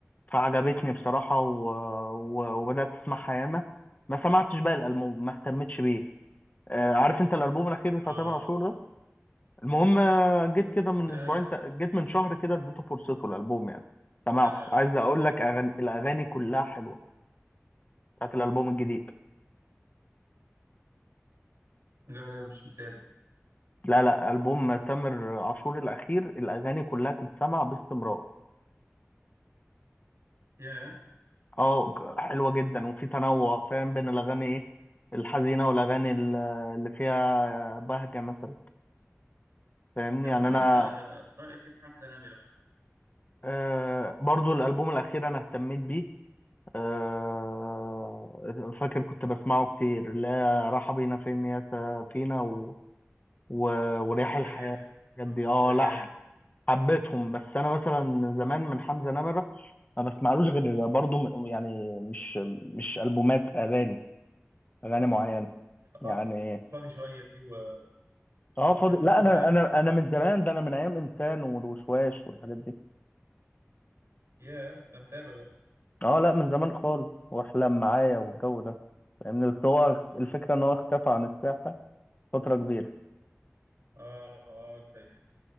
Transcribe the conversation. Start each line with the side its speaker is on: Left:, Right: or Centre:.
Left: فعجبتني بصراحه و... و... وبدات اسمعها ياما ما سمعتش بقى الالبوم ما اهتمتش بيه آه، عارف انت الالبوم الاخير بتاع
Right: اه آه.
Left: تامر عاشور ده المهم آه، جيت كده من
Right: لا
Left: اسبوعين
Right: لا
Left: ت- جيت من شهر كده اديته فرصته الالبوم يعني سمعته
Right: جامع ده
Left: عايز اقول لك أغاني... الاغاني كلها حلوه بتاعت الالبوم الجديد
Right: لا لا مش متابع
Left: لا لا البوم تامر عاشور الاخير الاغاني كلها تتسمع باستمرار
Right: يا
Left: اه ك- حلوه جدا وفي تنوع فاهم بين الاغاني ايه الحزينه والاغاني ال- اللي فيها بهجه مثلا فاهمني
Right: طب
Left: يعني
Right: قول
Left: انا
Right: لي انت رأيك كيف حمزة نمرة مثلا
Left: آه برضو الالبوم الاخير انا اهتميت بيه آه فاكر كنت بسمعه كتير لا راحه بينا فين يا سفينه و... و... ورياح الحياه
Right: لا جامد
Left: الحاجات
Right: حمزة
Left: دي اه
Right: نمرة
Left: لا
Right: جامد
Left: حبيتهم بس انا مثلا زمان من حمزه نمره ما بسمعلوش غير برضو م- يعني مش مش البومات اغاني اغاني معينه يعني
Right: اه فاضي شوية دي و...
Left: اه
Right: وكان
Left: فاضي
Right: في
Left: لا
Right: كام
Left: انا
Right: أغنية عملت
Left: انا
Right: جامدين
Left: انا من زمان ده انا من ايام انسان والوشواش والحاجات دي
Right: يا انت متابع بقى
Left: اه لا من زمان خالص واحلم معايا والجو ده فاهمني بس هو الفكره ان هو اختفى عن الساحه فتره كبيره
Right: اه اه طيب